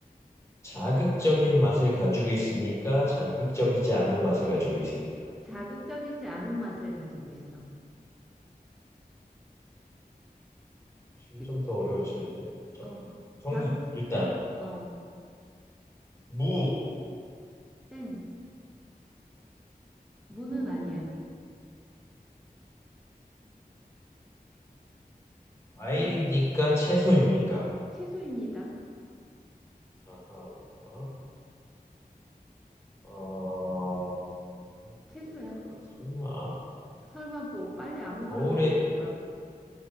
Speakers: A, on the left; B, in the centre.
A: 자극적인 맛을 가지고 있습니까? 자극적이지 않은 맛을 가지고 있습니까?
B: 자극적이지 않은 맛을 가지고 있어.
A: 점점
B: 이-
A: 더 어려워지는데. 저,
B: 어,
A: 정답,
B: 자극,
A: 일단.
B: 자, 어,
A: 무.
B: 땡. 무는
A: 어,
B: 아니야.
A: 과일입니까?
B: 자,
A: 채소입니까?
B: 채소입니다.
A: 아하. 어,
B: 채소야.
A: 뭘까? 설마?
B: 설마 뭐 빨리 아무거라도
A: 겨울에,
B: 얘기해봐.